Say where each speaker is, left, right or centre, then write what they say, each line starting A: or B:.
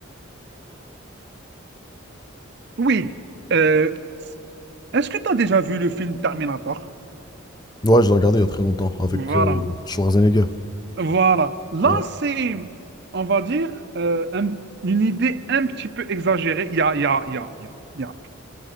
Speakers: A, on the right (about 50°); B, on the left (about 20°).
A: Oui. Euh, est-ce que tu as déjà vu le film Terminator?
B: Ouais, je l'ai regardé il y a très longtemps avec
A: Voilà,
B: euh, Schwarzenegger.
A: voilà. Là,
B: Ouais.
A: c'est, on va dire, euh, un- une idée un petit peu exagérée. Il y a, il y a, il y a, il y a, il y a